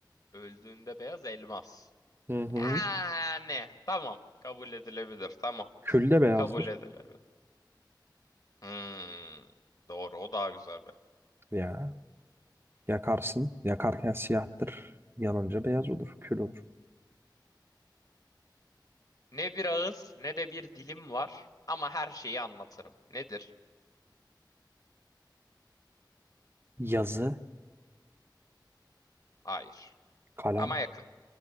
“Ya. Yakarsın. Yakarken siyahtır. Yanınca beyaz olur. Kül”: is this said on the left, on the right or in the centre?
Right